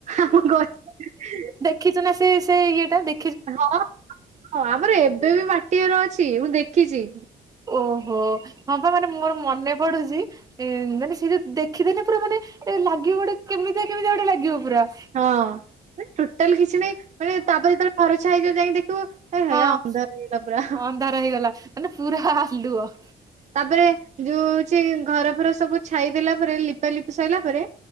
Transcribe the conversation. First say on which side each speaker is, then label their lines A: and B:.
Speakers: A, on the right (about 45°); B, on the right (about 20°).
A: ଆମ ଘର <unintelligible>
B: ଖିଛ ନା ସେ ସେ ଇଏଟା ଦେ
A: ହଁ ହଁ ଆମର ଏବେ ବି ମାଟିଅର ଅଛି ମୁଁ ଦେଖିଛି।
B: ଓହୋ ହଁ ପା ମାନେ ମୋର ମନେ ପଡୁଚି ଏ ମାନେ ସିଏ ଯଦି ଦେଖିଦେଲେ ପୁରା ମାନେ ଏ ଲାଗିବ ଗୋଟେ କେମିତିଆ କେମିତିଆ ଗୋଟେ ଲାଗିବ ପୁରା।
A: ହଁ ଟୋଟାଲ କିଛି ନାଇଁ ମାନେ ତାପରେ ଯେତେବେଳେ ଘରଛାଆ ହେଇଯିବ ଯାଇକି ଦେଖିବୁ ଏ ହେ
B: ହଁଁ
A: ଅନ୍ଧାର ହେଇଗଲା ପୁରା।
B: ଅନ୍ଧାର ହେଇଗଲା ମାନେ ପୁରା ଆଲୁଅ।
A: ତାପରେ ଯୋଉ ହଉଛି ଘର ଫର ସବୁ ଛାଇ ଦେଲା ପରେ ଲିପା ଲିପି ସଇଲା ପରେ